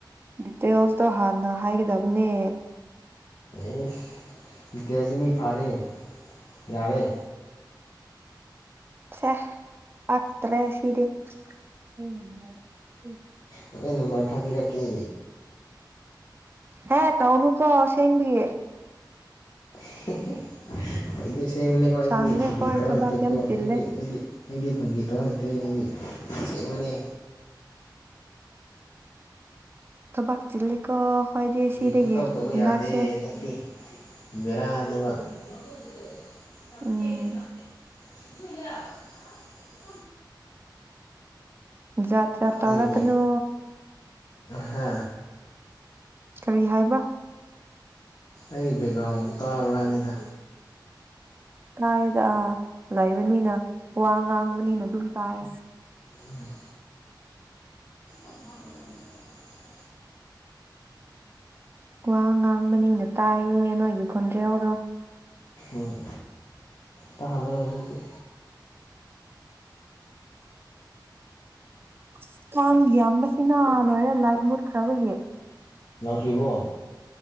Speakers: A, on the right; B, on the left.
A: ꯗꯤꯇꯦꯜꯁꯇꯣ ꯍꯥꯟꯅ ꯍꯥꯏꯒꯗꯕꯅꯦ
B: ꯏꯁ ꯗꯤꯇꯦꯜꯁꯇꯤ ꯃꯤ ꯐꯥꯔꯦ ꯌꯥꯔꯦ
A: ꯁꯦ ꯄꯛꯇ꯭ꯔꯦ ꯁꯤꯗꯤ <unintelligible>
B: ꯍꯣꯔꯦꯟ ꯅꯝꯕꯔ ꯊꯥꯕꯤꯔꯛꯀꯦ
A: ꯍꯦ ꯇꯧꯅꯨꯀꯣ ꯑꯁꯦꯡꯕꯒꯤ
B: <unintelligible> ꯑꯩꯗꯤ ꯑꯁꯦꯡꯕꯅꯤꯀꯣ ꯑꯩꯗꯤ
A: ꯁꯥꯡꯗꯦ
B: ꯐꯥꯒꯤ
A: ꯍꯣꯏ
B: ꯇꯧ
A: ꯊꯕꯛ
B: ꯍꯩꯇꯦꯀꯣ
A: ꯌꯥꯝ ꯆꯤꯜꯂꯦ
B: ꯑꯩꯗꯤ ꯑꯩꯗꯤ ꯑꯩꯗꯤ ꯐꯥꯒꯤ ꯇꯧ ꯍꯩꯇꯦ ꯑꯩꯗꯤ ꯑꯁꯦꯡꯕꯅꯦ
A: ꯊꯕꯥꯛ ꯆꯤꯜꯂꯤꯀꯣ ꯑꯩꯈꯣꯏꯗꯤ
B: ꯐꯥꯒꯤ
A: ꯁꯤꯗꯒꯤ
B: ꯄꯪꯇꯧ ꯇꯧꯕ
A: ꯍꯟꯗꯛꯁꯦ
B: ꯌꯥꯗꯦ ꯍꯟꯗꯛꯇꯤ ꯕꯦꯔꯥꯅꯦꯕ <unintelligible>
A: ꯎꯝ ꯖꯥꯠ ꯖꯥꯠ ꯇꯧꯔꯛꯀꯅꯨ
B: ꯑꯩꯒꯤ ꯕꯦꯛ ꯍꯥ
A: ꯀꯔꯤ ꯍꯥꯏꯕ
B: ꯑꯩ ꯕꯦꯛꯒ꯭ꯔꯥꯎꯟ ꯇꯥꯕ꯭ꯔ ꯍꯥꯏꯕꯅꯤꯗ
A: ꯀꯥꯏꯗ ꯑꯥ ꯂꯩꯕꯅꯤꯅ ꯋꯥ ꯉꯥꯡꯕꯅꯤꯅ ꯑꯗꯨꯝ ꯇꯥꯏ
B: ꯎꯝ <inaudible>
A: ꯋꯥ ꯉꯥꯡꯕꯅꯤꯅ ꯇꯥꯏꯌꯦ ꯅꯣꯏꯒꯤ ꯈꯣꯟꯖꯦꯜꯗꯣ
B: ꯎꯝ ꯇꯥꯍꯜꯂꯔꯣꯏ ꯍꯧꯖꯤꯛꯇꯤ
A: ꯑꯁ ꯀꯥꯡ ꯌꯥꯝꯕꯁꯤꯅ ꯂꯣꯏꯔꯦ ꯂꯥꯏꯠ ꯃꯨꯠꯈ꯭ꯔꯕꯒꯤ
B: ꯂꯥꯛꯇ꯭ꯔꯤꯕꯣ